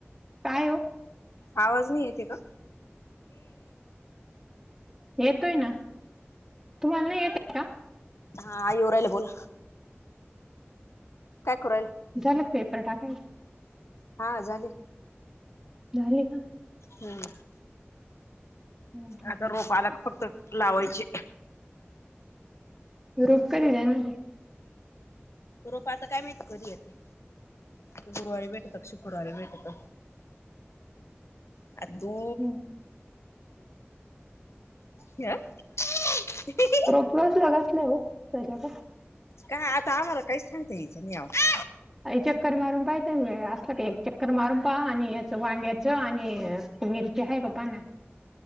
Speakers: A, in the centre; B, on the left.
A: काय हो
B: आवाज नाहीयेत आहे का?
A: येतोय ना, तुम्हाला नाही येतय का?
B: हा एऊ राहले, बोलला. करू राहिला
A: झालं पेपर टाकायच?
B: हा झाले,
A: झाले का,
B: हम्म,
A: हम्म, हम्म,
B: आता
A: हम्म.
B: रोपाला फक्त लावायचे.
A: रुप कधी देणार आहे
B: रोप आता काय माहिती कधी येते, गुरुवारी भेटत क शुक्रवारी भेटत. <unintelligible> आ तू,
A: हम्म.
B: ह <unintelligible> <unintelligible>
A: घासलंय घासले, हो त्याच्या का,
B: का आता आम्हाला काहीच, सांगते याचं नि आवं.
A: चक्कर मारून पाहायच असलं, का एक चक्कर मारून पाहा आणि याच वांग्याच आणि, मिरची हाय, का पहा ना.